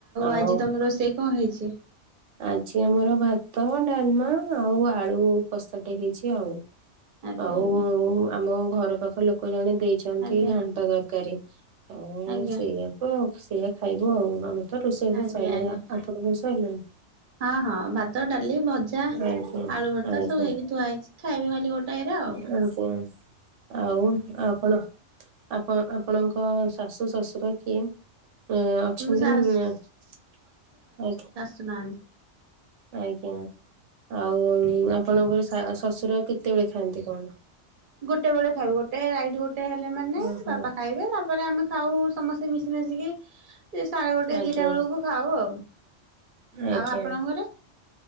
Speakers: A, on the right (about 80°); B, on the right (about 50°).
A: ଆଉ।
B: ଆଜି ତମ ରୋଷେଇ କଣ ହେଇଛି?
A: ଆଜି ଆମର ଭାତ ଡାଲମା ଆଉ ଆଳୁ କସାଟେ ହେଇଛି ଆଉ।
B: ଆଜ୍ଞା
A: ଆଉ
B: ଆଜ୍ଞା
A: ଆମ ଘର ପାଖ ଲୋକ ଜଣେ ଦେଇଛନ୍ତି
B: ଆଜ୍ଞା
A: ଘାଣ୍ଟ ତରକାରୀ। ଆଉ
B: ଆଜ୍ଞା
A: ସେଇଆକୁ ଆଉ ସେଇଆ ଖାଇବୁ ଆଉ। ଆମେ ତ ରୋଷେଇ
B: ଆଜ୍ଞା
A: ପାଇଲେନା।
B: ଆଜ୍ଞା
A: ଆପଣଙ୍କ ସାଇଲାଣି?
B: ହଁ ହଁ ଭାତ ଡାଲି ଭଜ ଜା
A: ଆଜ୍ଞା
B: ଆଳୁ ଭର୍ତା
A: ଆଜ୍ଞା
B: ସବୁ ହେଇକି ଥୁଆ ହେଇଛି। ଖାଇବେ ଖାଲି ଗୋଟାକେରେ ଆଉ।
A: ଆଜ୍ଞା। ଆଉ ଆପଣ ଆପଣ ଆପଣଙ୍କ ଶାଶୁ ଶ୍ୱଶୁର କିଏ? ଆ ଅଛନ୍ତି
B: ଶାଶୁ
A: ନା ଆ
B: ସୁନାହାନ୍ତି।
A: ଆଜ୍ଞା ଆଉ ଆପଣଙ୍କର ସା ଶଶୁର କେତେବେଳେ ଖାଆନ୍ତି କଣ?
B: ଗୋଟେ ବେଳେ ଖାଇବୁ। ଗୋଟେ ରାଇଟ୍ ଗୋଟେ ହେଲେ ମାନେ
A: ଓହୋ
B: ବାପା ଖାଇବେ ତାପରେ ଆମେ ଖାଉ ସମସ୍ତେ ମିଶି ମାଶିକି ସାଢେ ଗୋଟେ
A: ଆଜ୍ଞା
B: ଦିଟା ବେଳକୁ ଖାଉ ଆଉ।
A: ଆଜ୍ଞା।
B: ଆଉ ଆପଣଙ୍କ ଘର?